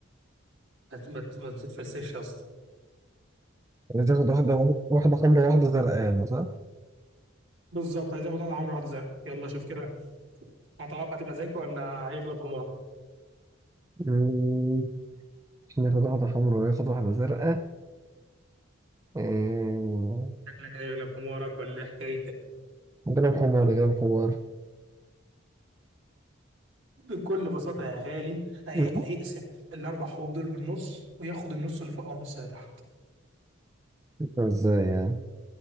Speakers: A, on the right; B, on the right.
A: ما ت- ما- ت- ما تتفلسفش يا اسطى
B: عايز تاخد واحدة واحدة حمرا واحدة زرقاء يعني صح؟
A: بالظبط عايز ياخد واحده حمراء واحده زرقاء يلا شوف كده هتع- هتبقى ذكي ولا هيغلب حمارك؟
B: مم، ناخد واحدة حمرا وياخد واحدة زرقاء آه،
A: شكلك هيغلب حمارك ولا إيه حكايتك؟
B: جرب حمار جرب حمار
A: بكل بساطة يا غالي هي...
B: مم،
A: هيقسم الأربع حبوب دول بالنص وياخد النص اللي فوق أو النص اللي تحت
B: ازاي يعني